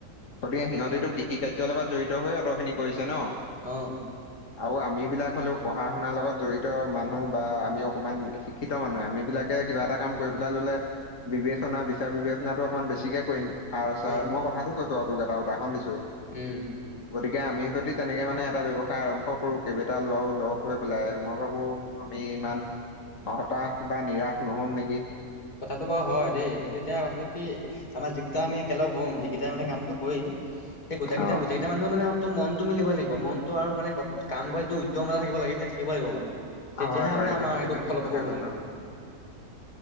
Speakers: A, on the left; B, on the left.
A: গতিকে সিহঁতেতো কৃষি কাৰ্যৰ লগত জড়িত হৈয়ে অত'খিনি কৰিছে ন!
B: অ'।
A: আৰু আমিবিলাক হ'লো পঢ়া শুনাৰ লগত জড়িত মানুহ বা আমি অকমান শিক্ষিত মানুহ আমিবিলাকে কিবা এটা কাম কৰিবলে ল'লে বিবেচনা বিচাৰ বিবেচনাটো অকণমান বেছিকে কৰিম। সাৰ-ছাৰ
B: অ
A: মই কথাটো কৈছোঁ আৰু তোক এটা উদাহৰণ দিছোঁ।
B: উম।
A: গতিকে আমি যদি তেনেকে মানে এটা ব্যৱসায় আৰম্ভ কৰোঁ কেইবেইটা ল'ৰাও লগ হৈ পেলাই মই ভাবো আমি ইমান হতাশ বা নিৰাশ নহ'ম নেকি!
B: কথাটো বাৰু হয়। দেই, কিন্তু এতিয়া কথাটো কি আমাৰ যিকেইটা আমি একেলগ হ'ম যিকেইটাই মানে কামটো কৰিম সেই গোটেকেইটা-গোটেকেইটা
A: অ',
B: মানুহৰ মানে মনটো মিলিব লাগিব মনটো আৰু মানে কাম কৰা যিটো উদ্যম এটা থাকিব লাগে সেইটো থাকিব লাগিব মানে তেতিয়াহে
A: হয় হয়
B: মানে আমাৰ এইটো
A: ঠিক
B: ফলপসু
A: কথা
B: হ'ম
A: কৈছ।
B: মানে।